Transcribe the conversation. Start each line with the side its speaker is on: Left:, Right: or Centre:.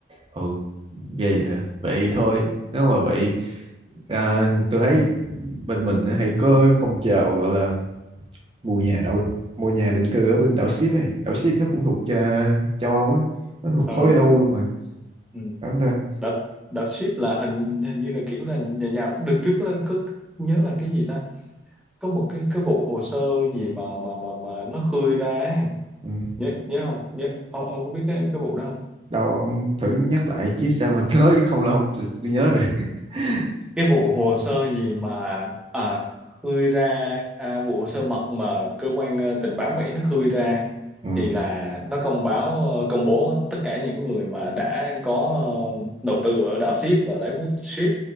Right: ừ ghê vậy hả vậy thôi
Centre: Ừ,
Right: nếu mà vậy à, tôi thấy bên mình nó hay có phong trào gọi là mua nhà đậu mua nhà định cư ở bên đảo Ship ấy đảo Ship nó cũng thuộc à, châu Âu ấy nó thuộc
Centre: ừ
Right: khối
Centre: đúng
Right: EU
Centre: rồi.
Right: luôn mà
Centre: Ừ.
Right: phải không ta
Centre: Đợt, đợt ship là hình hình như là kiểu là nhà giàu. Đợt trước là có nhớ là cái gì ta? có một cái cái vụ hồ sơ gì mà mà mà mà nó khơi ra ấy.
Right: ừ.
Centre: nhớ nhớ không nhớ ông ông có biết cái cái vụ đó không
Right: đâu ông thử nhắc lại chứ sao mà <laughs> nói không là không tôi tôi nhớ được <laughs>
Centre: cái vụ hồ sơ gì mà à, khơi ra à, vụ hồ sơ mật mà cơ quan ờ, tình báo Mỹ nó khơi ra
Right: ừ
Centre: thì là nó công báo ờ, công bố tất cả những người mà đã có ờ, đầu tư ở đảo ship và lấy quốc ship